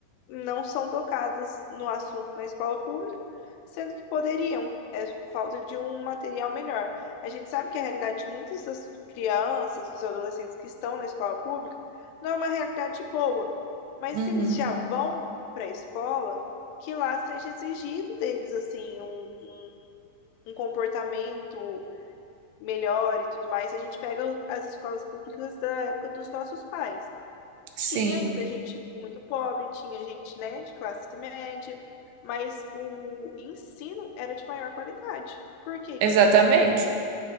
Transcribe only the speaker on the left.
não são tocadas no assunto na escola pública, sendo que poderiam. É falta de um material melhor. A gente sabe que a realidade de muitas das crianças, dos adolescentes que estão na escola pública, não é uma realidade boa. Mas
se eles já vão para a escola, que lá seja exigido deles, assim, um, um, um comportamento melhor e tudo mais. A gente pega as escolas públicas da época dos nossos pais.
Tinha ainda gente muito pobre, tinha gente, né, de classe média, mas o ensino era de maior qualidade. Por que
que isso se perdeu?